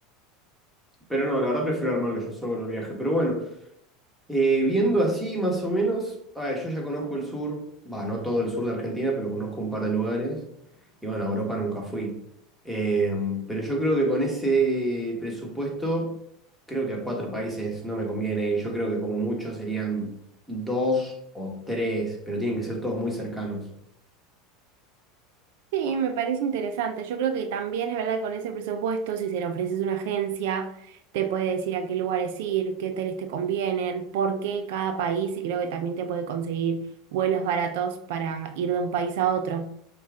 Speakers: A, in the centre; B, on the right (about 75°).
A: pero no, la verdad prefiero armarlo yo solo el viaje. Pero bueno, Eh, viendo así, más o menos, a ver, yo ya conozco el sur, va, no todo el sur de Argentina, pero conozco un par de lugares. Y bueno, a Europa nunca fui. Eh, pero yo creo que con ese presupuesto, creo que a cuatro países no me conviene. ir. Yo creo que como mucho serían dos o tres, pero tienen que ser todos muy cercanos.
B: Sí, me parece interesante. Yo creo que también es verdad que con ese presupuesto, si se le ofreces a una agencia, te puede decir a qué lugares ir, qué hoteles te convienen, por qué cada país, y creo que también te puede conseguir vuelos baratos para ir de un país a otro.